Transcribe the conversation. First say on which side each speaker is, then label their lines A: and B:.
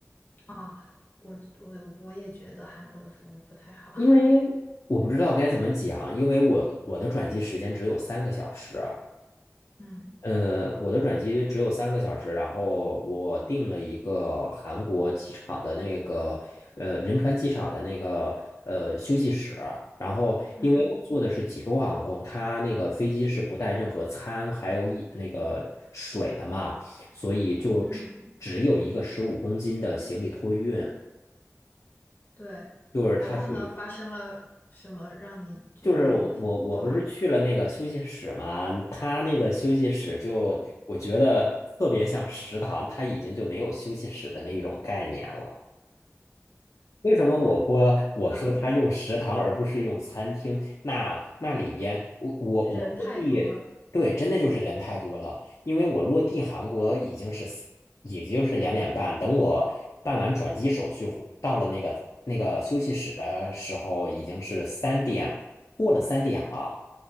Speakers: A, on the left; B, on the left.
A: 啊，我我我也觉得韩国的服务不太好。<laughs>
B: 因为我不知道该怎么讲，因为我我的转机时间只有三个小时。
A: 嗯，
B: 呃，我的转机只有三个小时，然后我订了一个韩国机场的那个呃仁川机场的那个呃休息室，然后因为我坐的是济州航空，
A: 嗯
B: 它那个飞机是不带任何餐还有饮那个水的嘛，所以就只只有一个十五公斤的行李托运，
A: 嗯，对。
B: 就是它属于
A: 然后呢，发生了什么让你觉得服务不好的？
B: 就是我我我不是去了那个休息室嘛，他那个休息室就我觉得特别像食堂，他已经就没有休息室的那种概念了。为什么我播我说他用食堂而不是用餐厅？
A: 呃，
B: 那那里边我我我落地，
A: 人太多，
B: 对，真的就是人太多了。因为我落地韩国已经是四已经是两点半，等我办完转机手续回到了那个那个休息室的时候，已经是三点过了三点了。